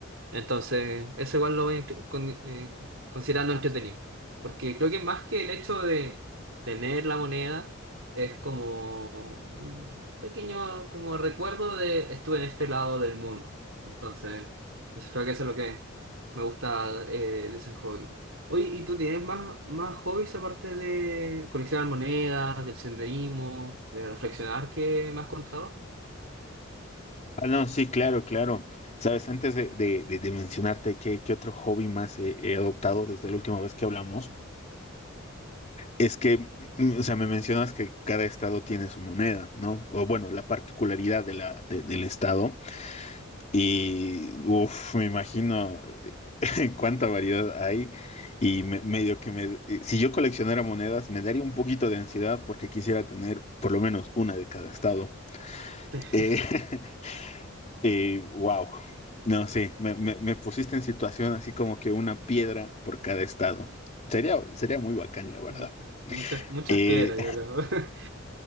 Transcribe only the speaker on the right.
Entonces, eso igual lo voy a inclu- con- eh, considerando entretenido, porque creo que más que el hecho de tener la moneda es como un pequeño como recuerdo de estuve en este lado del mundo. Entonces, entonces creo que eso es lo que me gusta eh, de ese hobby. Oye, ¿y tú tienes más, más hobbies aparte de coleccionar monedas, del senderismo, de reflexionar que me has contado?
<laughs>
Como Muchas, muchas
piedras, yo creo.